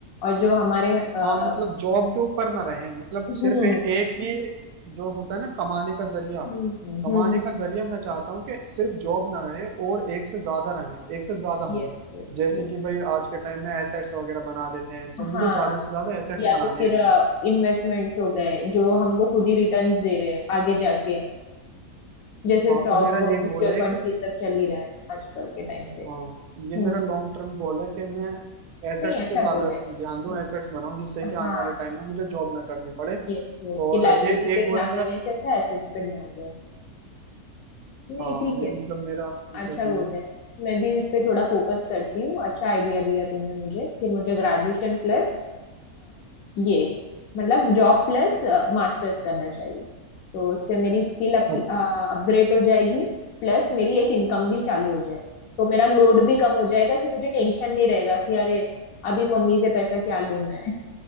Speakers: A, on the left; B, on the right.
A: और जो हमारे अ,
B: हाँ मतलब जॉब के ऊपर ना रहे मतलब
A: हम्म
B: सिर्फ ए- एक ही जो होता है ना कमाने का जरिया
A: हम्म
B: कमाने का जरिया मैं चाहता हूँ कि सिर्फ जॉब ना रहे और एक से ज्यादा रहे एक से ज्यादा हो
A: Yes yes
B: जैसे
A: yes
B: कि भाई आज के टाइम में एसेट्स वगैरह बना लेते हैं तो
A: हाँ
B: मुझे ज्यादा से ज्यादा एसेट्स
A: या
B: बनाने
A: तो फिर
B: हैं
A: इन्वेस्टमेंट्स हो गए जो हमको खुद ही रिटर्न्स दे रहे हैं आगे जाके जैसे
B: हाँ
A: स्टॉक
B: तो मेरा
A: म्यूचुअल
B: ये गोल है
A: फंड
B: एक
A: ये सब चल ही रहा है आजकल के टाइम पे
B: हाँ ये
A: हम्म।
B: मेरा लॉन्ग टर्म गोल है कि मैं एसेट्स
A: नहीं अच्छा
B: पे ज्यादा
A: गोल है
B: ध्यान दूं
A: यस
B: एसेट्स बनाऊं जिससे कि आने
A: हाँ
B: वाले टाइम में मुझे जॉब ना करनी पड़े
A: यस यस
B: और
A: कि लाइबिलिटी
B: ए, एक
A: पे
B: गोल
A: ध्यान
B: है मेरा
A: देने से अच्छा एसेट्स पे ध्यान दें नहीं
B: हाँ
A: ठीक
B: ये
A: है
B: मतलब मेरा मतलब
A: अच्छा गोल है मैं भी इस पे थोड़ा फोकस करती हूँ अच्छा आइडिया दिया तुमने मुझे कि मुझे ग्रेजुएशन प्लस ये मतलब जॉब प्लस मास्टर्स करना चाहिए तो उससे मेरी स्किल अप,
B: समझे
A: अपग्रेड हो जाएगी प्लस मेरी एक इनकम भी चालू हो जाएगी तो मेरा लोड भी कम हो जाएगा कि मुझे टेंशन नहीं रहेगा कि अरे अभी मम्मी से पैसा क्या लूं मैं